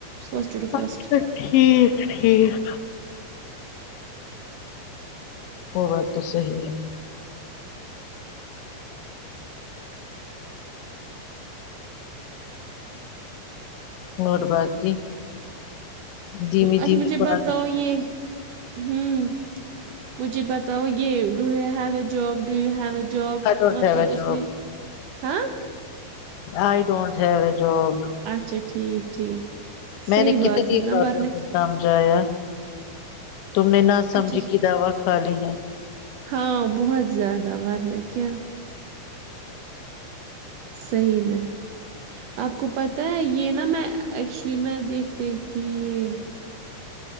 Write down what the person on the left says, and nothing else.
اچھا ٹھیک ٹھیک وہ بات تو صحیح ہے اور باقی دھیمی
دھیمی
بارش
آئی ڈونٹ
have a job
I don't have a job
میں نے
کتنی
بار
تمہیں سمجھایا تم نے نہ
سمجھی
کی دوا کھالی ہے